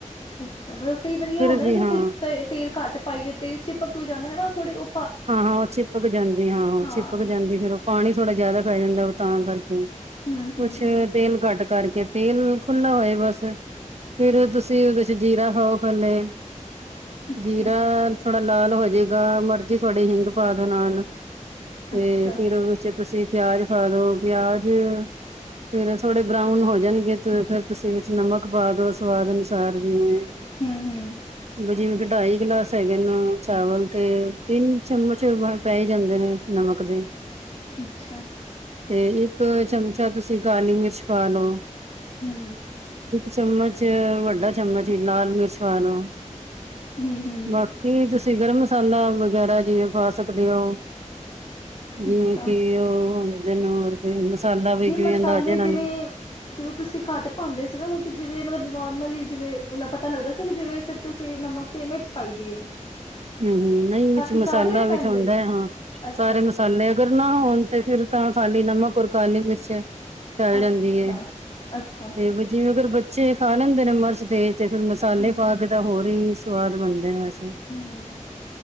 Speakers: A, on the left (about 45°); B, on the right (about 55°).
A: ਅੱਛਾ, ਮਤਲਬ ਕਈ ਵਾਰੀ ਆ ਹੁੰਦਾ
B: ਜੀ
A: ਨਾ ਜੇੇ
B: ਹਾਂ
A: ਤੇਲ ਘੱਟ ਪਾਈਏ, ਤੇਲ ਛਿਪਕ ਵੀ ਜਾਂਦਾ ਹੈਨਾ ਉਹ ਥੋੜੇ ਓ
B: ਹਾਂ-ਹਾਂ ਉਹ ਚਿਪਕ ਜਾਂਦੀ ਹਾਂ-ਹਾਂ ਉਹ
A: ਹਾਂ।
B: ਚਿਪਕ ਜਾਂਦੀ ਫਿਰ ਉਹ ਪਾਣੀ ਥੋੜਾ ਜਿਆਦਾ ਪੈ ਜਾਂਦਾ, ਉਹ ਤਾਂ ਕਰਦੇ
A: ਹੂੰ ਹੂੰ
B: ਕੁਛ ਤੇਲ ਘੱਟ ਕਰਕੇ, ਤੇਲ ਖੁਲਾੱ ਹੋਏ ਬਸ ਫੇਰ ਤੁਸੀਂ ਉਹਦੇ ਚ ਜੀਰਾ ਪਾਓ ਪਹਿਲੇ,
A: ਅੱਛਾ
B: ਜੀਰਾ ਥੋੜਾ ਲਾਲ ਹੋਜਾਏਗਾ, ਮਰਜ਼ੀ ਤੋਹਾਡੀ ਹਿੰਗ ਪਾ ਦੋ ਨਾਲ ਤੇ
A: ਅੱਛਾ
B: ਫੇਰ ਜੇ ਤੁਸੀਂ ਪਿਆਜ ਪਾਦੋ, ਪਿਆਜ ਫੇਰ ਥੋੜੇ ਬਰਾਊਨ ਹੋ ਜਾਣਗੇ ਤੇ ਫੇਰ ਤੁਸੀਂ ਵਿੱਚ ਨਮਕ ਪਾ ਦੋ ਸਵਾਦ ਅਨੁ ਸਾਰ ਜਿਵੇ,
A: ਹੂੰ ਹੂੰ
B: ਜਿਵੇਂ ਕਿ ਢਾਈ ਗਿਲਾਸ ਹੈਗਨ ਚਾਵਲ ਤੇ ਤਿੰਨ ਚਮਚ ਪੈ ਹੀ ਜਾਂਦੇ ਨੇ ਨਮਕ ਦੇ
A: ਅੱਛਾ
B: ਤੇ ਇੱਕ ਚਮਚਾ ਤੁਸੀਂ ਕਾਲੀ ਮਿਰਚ ਪਾ ਲਓ।
A: ਹੂੰ
B: ਚਮਚ ਵੱਡਾ ਚਮਚ ਹੀ ਲਾਲ ਮਿਰਚ ਪਾ ਲਓ
A: ਹੂੰ ਹੂੰ
B: ਬਾਕ ਕੀ ਤੁਸੀਂ ਗਰਮ ਮਸਾਲਾ ਵਗੈਰਾ, ਜਿਵੇਂ ਪਾ ਸਕਦੇ ਹੋ। ਜਿਵੇਂ
A: ਅੱਛਾ
B: ਕਿ ਉਹ ਹੋਦੇ ਨ ਮਸਾਲਾ ਵੀ
A: ਨਹੀਂ
B: ਜਿਵੇਂ
A: ਮਸਾਲੇ
B: ਅਂਦਾਜੇ ਨਾਲ
A: ਜਿਵੇਂ
B: ਇ
A: ਜਿਵੇਂ ਤੁਸੀਂ ਘੱਟ ਪਾਉਂਦੇ ਸੀ ਨਾ, ਕਿਉਂਕਿ ਜਿਵੇਂ ਮਤਲਬ ਨੋਰਮਲੀ ਜਿਵੇਂ ਪਤਾ ਲੱਗਦਾ ਸੀ ਜਿਵੇਂ ਸ ਤੁਸੀਂ ਨਮਕ ਤੇ ਮਿਰਚ ਪਾਈ ਦੀ ਏ।
B: ਹੂੰ-ਹੂੰ ਨਹੀਂ ਵਿੱਚ
A: ਬਾਕੀ
B: ਮਸਾਲਾ
A: ਸਾਰੇ ਵੀ ਪੈਂਦੇ
B: ਵਿੱਚ ਹੁੰਦਾ
A: ਨੇ
B: ਹਾਂ
A: ਅੱਛਾ
B: ਸਾਰੇ
A: ਅੱਛਾ
B: ਮਸਾਲੇ ਅਗਰ ਨਾ ਹੋਣ ਤੇ ਫੇਰ ਤਾਂ ਖਾਲੀ ਨਮਕ ਔਰ ਕਾਲੀ ਮਿਰਚ ਹੈ। ਚਲ
A: ਅੱਛਾ
B: ਜਾਂਦੀ ਹੈ,
A: ਅੱਛਾ
B: ਤੇ ਜਿਵੇਂ ਅਗਰ ਬ ਬੱਚੇ ਖਾ ਲੈਂਦੇ ਨੇ ਮਿਰਚ ਦੇ ਤੇ ਫਿਰ ਮਸਾਲੇ
A: ਹੂੰ
B: ਪਾਕੇ ਤਾਂ ਹੋਰ ਹੀ ਸਵਾਦ ਬਣਦੇ ਆ ਵੇਸੈ।
A: ਹੂੰ,